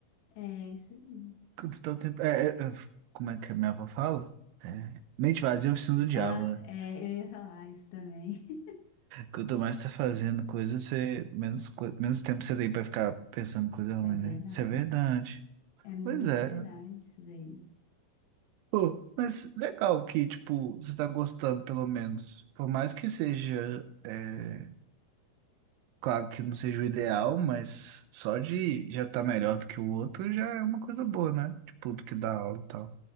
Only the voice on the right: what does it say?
Quanto tal tempo. É, é, é, como é que a minha avó fala? É, mente vazia é oficina do diabo,
né?
Quanto mais tá fazendo coisa, você, menos, co- menos tempo você tem pra ficar pensando em coisa ruim,
né? Isso é verdade.
Pois é.
Pô, mas legal que, tipo, você tá gostando, pelo menos. Por mais que seja, é, claro que não seja o ideal, mas só de já tá melhor do que o outro já é uma coisa boa, né? Tipo, do que dar aula e tal.